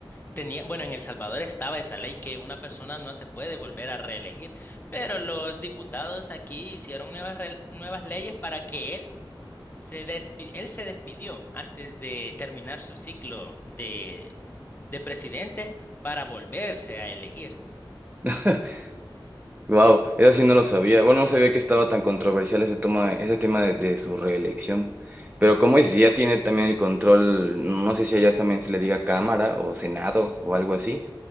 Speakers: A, on the left; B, on the right.
A: teníamos, bueno, en El Salvador estaba esa ley que una persona no se puede volver a reelegir, pero los diputados aquí hicieron nuevas, rel- nuevas leyes para que él se despi- él se despidió antes de terminar su ciclo de, de presidente para volverse a elegir.
B: <laughs> Wow, eso sí no lo sabía. Bueno, no sabía que estaba tan controversial ese tema, ese tema de, de su reelección. Pero como dices, ya tiene también el control, no sé si allá también se le diga Cámara o Senado o algo así,